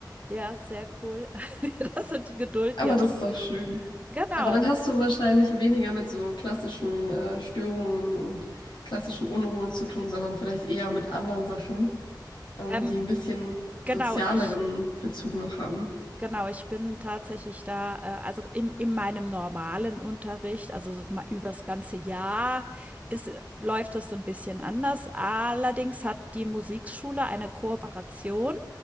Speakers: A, on the right; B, on the left.
A: Ja, sehr cool. <laughs> Das hat die Geduld
B: Aber
A: jetzt.
B: das ist doch schön.
A: Genau.
B: Aber dann hast du wahrscheinlich weniger mit so klassischen äh, Störungen und klassischen Unruhen zu tun, sondern vielleicht eher mit anderen Sachen, ähm,
A: Ähm,
B: die ein bisschen
A: genau,
B: sozialeren
A: ich,
B: Bezug noch haben.
A: genau, ich bin tatsächlich da, äh, also im, in meinem normalen Unterricht, also so ma- übers ganze Jahr ist, läuft das ein bisschen anders. Allerdings hat die Musikschule eine Kooperation,